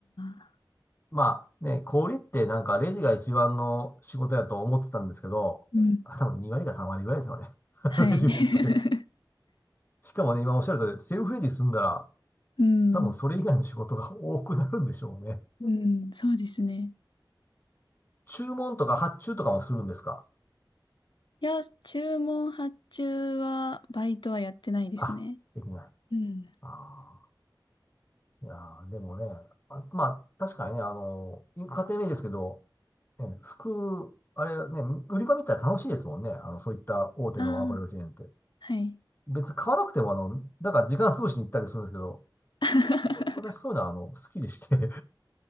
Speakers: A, on the left; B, on the left.
A: あ、
B: まあね、小売りってなんかレジが一番の仕事やと思ってたんですけど、
A: うん。
B: あ、多分2割か3割ぐらいですよね。<laughs>
A: はい。
B: レジ打ちって。
A: <laughs>
B: しかもね、今おっしゃる通り、セルフレジ済んだら、
A: うん。
B: 多分それ以外の仕事が多くなるんでしょうね。
A: うん、そうですね。
B: 注文とか発注とかもするんですか
A: いや、注文発注は、バイトはやってないですね。
B: あ、できない。
A: うん。
B: ああ、いやーでもね、あ、まあ、確かにね、あの、家庭名ですけど、ね、服、あれね、売り場見たら楽しいですもんね。あの、そういった大手のアパレルチェーンって。
A: ああ、はい。
B: 別に買わなくてもあの、だから時間潰しに行ったりするんですけど、
A: <laughs>
B: 私そういうのはあの、好きでして、